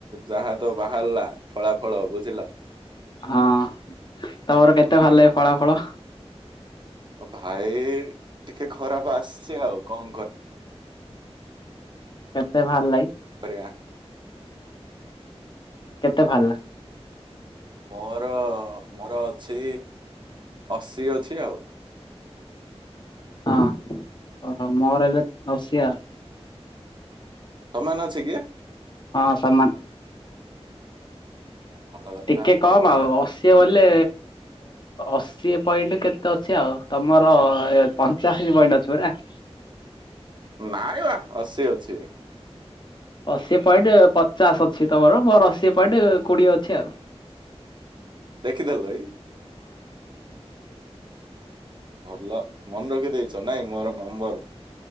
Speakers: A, on the right; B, on the left.
A: ଯାହା ତ ବାହାରିଲା ଫଳା ଫଳ ବୁଝିଲ ।
B: ହଁ ତମର କେତେ ଭଲ ଲାଗ ଫଳା ଫଳ
A: ଆ ଭାଇ ଟିକେ ଖରାପ ଆସିଛେ ଆଉ କଣ କର
B: କେତେ ଭଲ ଲାଗି
A: କରିବା।
B: କେତେ ଭାରିଲା
A: ମୋର ମୋର ଅଛି ଅଶୀ ଅଛି ଆଉ ।
B: ହଁ ଓହୋ ମୋର ହେଲେ ରସିଆ ଆଉ
A: ସମାନ ଅଛି କି?
B: ହଁ ସମାନ
A: ଭଲ କଥା
B: ଟିକେ
A: ଭଲ
B: କମ୍
A: କଥା
B: ଆଉ ଅଶୀ ବଲେ ଅଶୀ ପଏଣ୍ଟ କେତେ ଅଛି ଆଉ ତମର ପଞ୍ଚାଶୀ ପଏଣ୍ଟ ଅଛି ପରା ।
A: ନାଇ ବା ଅଶୀ ଅଛି ।
B: ଅଶି ପଏଣ୍ଟ ପଚାଶ ଅଛି ତମର ମୋର ଅଶି ପଏଣ୍ଟ କୋଡିଏ ଅଛି ଆଉ ।
A: ଦେଖିଦେଲ ଏଇ ଭଲ ମନେ ରଖି ଦେଇେଛ ନାଇଁ ମୋର ନମ୍ବର